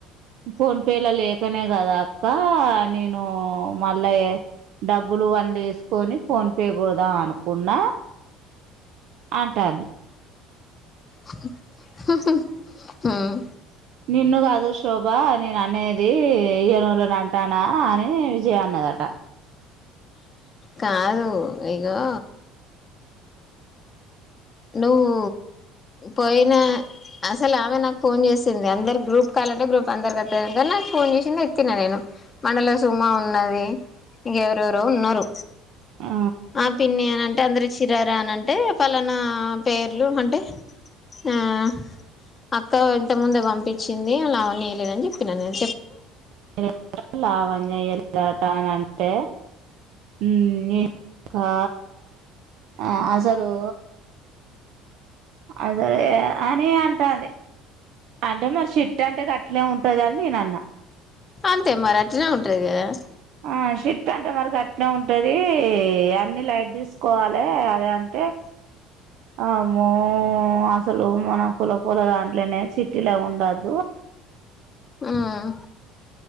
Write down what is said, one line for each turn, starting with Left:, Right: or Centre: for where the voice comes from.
Right: ఫోన్ పేల లేకనే కదా అక్క నేనూ మళ్ళా చే. డబ్బులు అన్లేసుకొని ఫోన్పే కోడుదాం అనుకున్నా. అంటంది.
Left: హ్ హ్ ఉమ్.
Right: నిన్ను కాదు శోభా నేను అనేది ఇయ్యానోలను అంటానా అని విజయ అన్నదాట.
Left: కాదు ఇగో. నువ్వు. పోయిన అసల్ ఆమె నాకు ఫోన్ చేసింది అందరు గ్రూప్ కాలంటే గ్రూప్ అందరు <unintelligible> ఫోన్ చేసింది ఎత్తిన నేను. మనలో సుమా ఉన్నది ఇంకెఎవరెవరో ఉన్నారు
Right: ఆ
Left: ఆహ్ పిన్ని అన్. అంటే అందరూ ఇచీన్రారా అన్ అంటే పళ్ళన్న పేర్లు అంటే. ఆహ్ అక్క ఇంతకుముందే పంపించింది ఆ లావణ్య ఇవలేదని చెప్పినానేనే.
Right: <inaudible> లావణ్య ఇయాలేదాటా అంటే. ఉమ్ నేను కా. ఆహ్ అసలూ. అసలు ఏం అని అంటంది. అంటే మరి చిట్టి అంటే గట్లే ఉంటదని నేను అన్నా.
Left: అంతే మరి అట్లనే ఉంటది కదా.
Right: ఆహ్ చిట్ అంటే మరి ఘాట్నే ఉంటది. అన్నిలైట్ తిసుకోవాలే అదే అంటే. అమ్మో అసలు మన కులపోల దాట్లనే చిట్టిలావి ఉండద్.
Left: ఉమ్ <unintelligible>